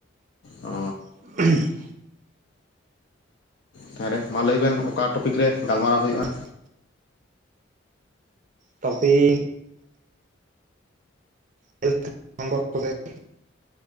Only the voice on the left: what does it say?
ᱚ
ᱛᱟᱦᱚᱞᱮ ᱢᱟ ᱞᱟᱹᱭ ᱵᱮᱱ ᱚᱠᱟ ᱴᱚᱯᱤᱠ ᱨᱮ ᱜᱟᱞᱢᱟᱨᱟᱣ ᱦᱩᱭᱩᱜᱼᱟ?